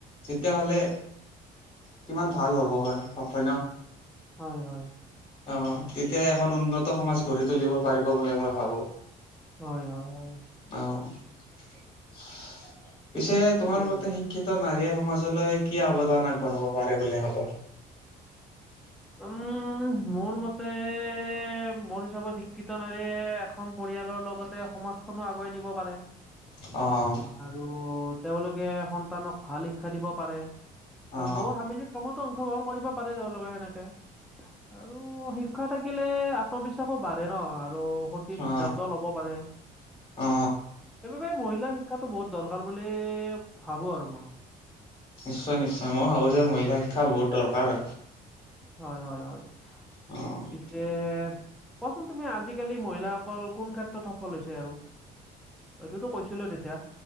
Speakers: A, on the left (about 30°); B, in the centre.
A: তেতিয়াহ'লে, কিমান ভাল হ'ব হয়, হ হয় ন'!
B: হয়, হয়!
A: অ'! তেতিয়া এখন, উন্নত সমাজ গঢ়ি তুলিব পাৰিব, বুলি মই ভাবোঁ!
B: হয়, হয়, হয়!
A: অ'! পিছে
B: ঠিকেই
A: তোমাৰ মতে,
B: কৈছা
A: শিক্ষিত ত নাৰীয়ে, সমাজলৈ কি অৱদান আগবঢ়াব পাৰে, বুলি ভাবা?
B: উম! মোৰ মতে এ, মোৰ হিচাপত শিক্ষিত নাৰীয়ে, এখন পৰিয়ালৰ লগতে, সমাজখনো আগুৱাই নিব পাৰে।
A: অ'!
B: আৰু তেওঁলোকে, সন্তানক ভাল শিক্ষা দিব পাৰে! আৰু
A: অ
B: বহু সামিজিক কামতো অংশগ্ৰহণ কৰিব পাৰে, তেওঁলোকে সেনেকে। আৰু শিক্ষা থাকিলে, আত্মবিশ্বাসো বাঢ়ে ন'! আৰু সঠিক
A: অ
B: সিদ্ধান্ত ল'ব পাৰে।
A: অ
B: সেইবাবে, মহিলাৰ শিক্ষাটো বহুত দৰকাৰ বুলি, ভাবোঁ আৰু মইয়ো।
A: নিশ্চয়, নিশ্চয়। মইয়ো ভাবোঁ যে! মহিলা শিক্ষা বহুত দৰকাৰ হয়।
B: হয়, হয়, হয়!
A: অ'!
B: পিছে, কোৱাচোন তুমি? আজিকালি মহিলাসকল কোন ক্ষেত্ৰত সফল হৈছে আৰু? এইটোতো কৈছিলোৱে তেতিয়া।